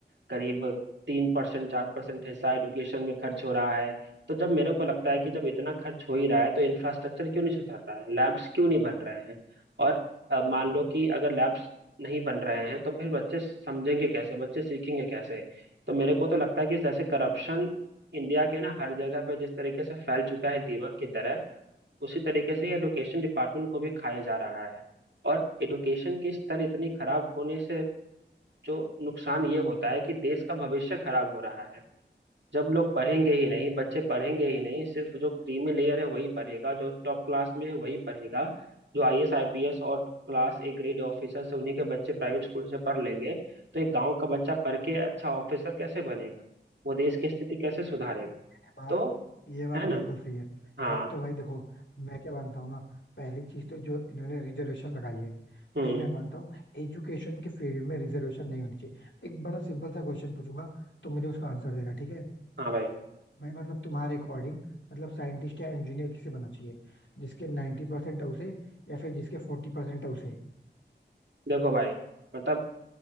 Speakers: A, on the right; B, on the left.
A: करीब तीन परसेंट चार परसेंट हिस्सा एडुकेशन में खर्च हो रहा है तो जब मेरे को लगता है कि जब इतना खर्च हो ही रहा है तो इंफ्रास्ट्रक्चर क्यों नहीं सुधर रहा है लैब्स क्यों नहीं बन रहे हैं और अ, मान लो कि अगर लैब्स नहीं बन रहे हैं तो फिर बच्चे समझेंगे कैसे बच्चे सीखेंगे कैसे तो मेरे को तो लगता है कि जैसे करप्शन इंडिया के ना हर जगह पे जिस तरीके से फैल चुका है दीमक की तरह उसी तरीके से ये एजुकेशन डिपार्टमेंट को भी खाया जा रहा है और एजुकेशन की स्तर इतनी खराब होने से जो नुकसान ये होता है कि देश का भविष्य खराब हो रहा है जब लोग पढ़ेंगे ही नहीं बच्चे पढ़ेंगे ही नहीं सिर्फ जो क्रीमी लेयर है वही पढ़ेगा जो टॉप क्लास में है वही पढ़ेगा जो आईएएस आईपीएस और क्लास ए ग्रेड ऑफिसर से उन्हीं के बच्चे प्राइवेट स्कूल से पढ़ लेंगे तो एक गांव का बच्चा पढ़ के अच्छा ऑफिसर कैसे बनेगा वो देश की स्थिति कैसे सुधारेगा
B: ये बात
A: तो
B: ये बात
A: है
B: बिल्कुल
A: ना
B: सही है
A: हाँ
B: एक तो भाई देखो मैं क्या मानता हूँ ना पहली चीज तो जो इन्होंने रिजर्वेशन लगाई है
A: हम्म
B: भाई मैं मानता हूँ एजुकेशन के फील्ड में रिजर्वेशन नहीं होनी चाहिए एक बड़ा सिंपल सा क्वेश्चन पूछूंगा तो मुझे उसका आंसर देना ठीक है
A: हाँ भाई
B: भाई मतलब तुम्हारे अकॉर्डिंग मतलब साइंटिस्ट या इंजीनियर किसे बनना चाहिए जिसके 90% है उसे या फिर जिसके 40% है उसे
A: देखो भाई मतलब